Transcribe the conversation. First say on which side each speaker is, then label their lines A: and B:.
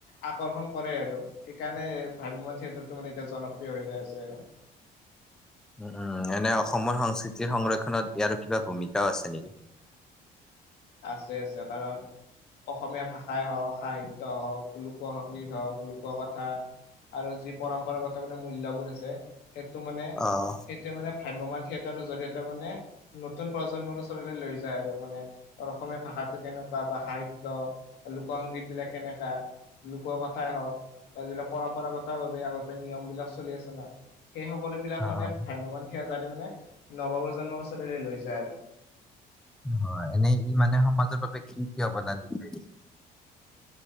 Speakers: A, on the left; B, in the centre.
A: আকৰ্ষণ কৰে আৰু, সেইকাৰণে ভ্ৰাম্যমাণ থিয়েটাৰটো মানে এতিয়া জনপ্ৰিয় হৈ গৈ আছে আৰু।
B: উম উম, এনে অসমৰ সংস্কৃতিৰ সংৰক্ষণত ইয়াৰ কিবা ভূমিকাও আছে নেকি?
A: আছে আছে, কাৰণ অসমীয়া ভাষাই হওঁক, সাহিত্য হওঁক, লোক সংগীত হওঁক, লোক কথা আৰু যি পৰম্পৰাগত মানে মূল্যবোধ আছে, সেইটো মানে
B: অ',
A: সেইটোৱে মানে ভ্ৰাম্যমান থিয়ে তাৰ জৰিয়তে মানে, নতুন প্ৰজন্মৰ ওচৰলৈ লৈ যায় আৰু মানে। অসমীয়া ভাষাটো কেনেকুৱা বা সাহিত্য, লোক সংগীত বিলাক কেনেকুৱা লোক কথা <unintelligible> হওক। তাৰ যিবিলাক পৰম্পৰাগত ভাবে আগতে নিয়ম বিলাক চলি আছে না। সেই সকলো বিলাক
B: অ',
A: মানে ভ্ৰাম্য মান থিয়েটাৰে মানে নৱ প্ৰজন্মৰ ওচৰলৈ লৈ যায় আৰু।
B: হয়। এনেই ই' মানে সমাজৰ বাবে কি কি অৱদান দি থৈ? <unintelligible>